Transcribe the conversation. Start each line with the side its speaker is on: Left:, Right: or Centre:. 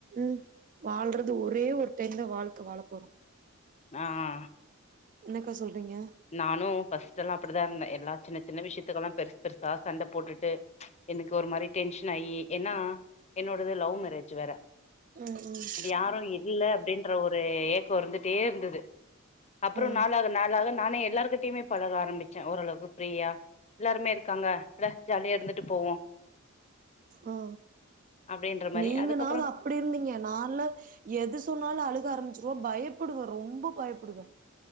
Right: ம் வாழ்றது ஒரே ஒரு டைம்தா வாழ்க்க வாழ போறோ
Left: ஆ ஆ
Right: என்னக்கா சொல்றீங்க
Left: நானு ஃபர்ஸ்ட் எல்லா அப்டிதா இருந்தே எல்லா சின்ன சின்ன விஷயத்துக்குல்லா பெருசு பெருசா சண்ட போட்டுட்டு எனக்கு ஒரு மாரி டென்ஷன் ஆயி ஏன்னா என்னோடது லவ் மேரேஜ் வேற
Right: ம் ம்
Left: அப்டி யாரு இல்ல அப்டின்ற ஒரு ஏக்கோ இருந்துட்டே இருந்தது அப்பறோ
Right: ம்
Left: நாளாக நாளாக நானே எல்லாருகிட்டயுமே பழக ஆரம்பிச்சே ஓரளவுக்கு ஃப்ரீயா எல்லாருமே இருக்காங்க அட ஜாலியா இருந்துட்டு போவோ
Right: ஆ ஆ
Left: அப்டின்ற மாரி
Right: நீங்கனாவது
Left: அதுக்கப்புறோ
Right: அப் டி இருந்தீங்க நான்ல எது சொன்னாலு அழுக ஆரம்பிச்சிருவே பயப்படுவே ரொம்ப பயப்படுவே